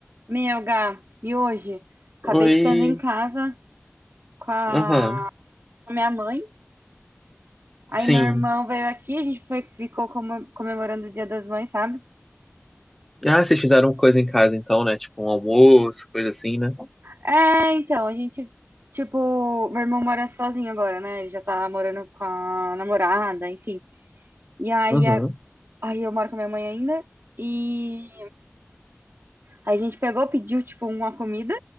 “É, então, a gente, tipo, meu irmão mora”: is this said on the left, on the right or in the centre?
Right